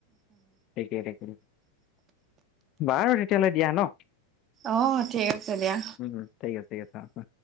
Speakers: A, on the left (about 35°); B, on the right (about 30°).
A: তিকে তঠাকে বাৰু তেতিয়ালৈ দিয়া ন?
B: অ ঠিক আছে দিয়া।
A: উম ঠিক আছে ঠিক আছে।